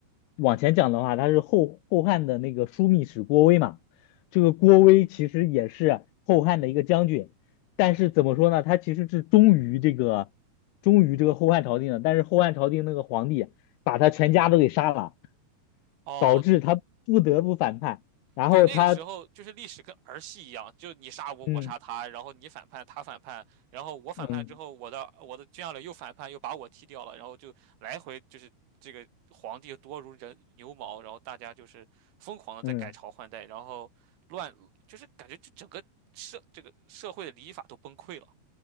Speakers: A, on the left; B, on the right.
A: 往前讲的话，他是后后汉的那个枢密使郭威嘛。这个郭威其实也是后汉的一个将军，但是怎么说呢？他其实是忠于这个忠于这个后汉朝廷的，但是后汉朝廷那个皇帝把他全家都给杀了，
B: 哦，
A: 导致他不得不反叛。然后他，
B: 对，那个时候就是历史跟儿戏一样，就你杀我，我杀他，
A: 嗯
B: 然后你反叛，他反叛，然后我反叛之后，
A: 嗯
B: 我的我的军将领又反叛，又把我踢掉了，然后就来回就是这个皇帝多如人牛毛，然后大家就是疯狂的在改朝换代，
A: 嗯。
B: 然后乱，就是感觉就整个社这个社会的礼法都崩溃了。